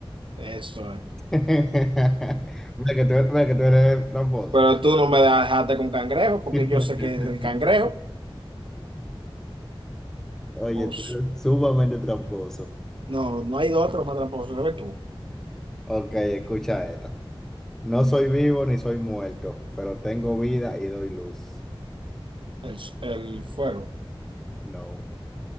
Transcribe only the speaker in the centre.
<laughs> Ve que tú, ve que tú eres tramposo.
<laughs>
Oye,
tú eres sumamente tramposo.
Ok, escucha esta. No soy vivo ni soy muerto, pero tengo vida y doy luz.
No,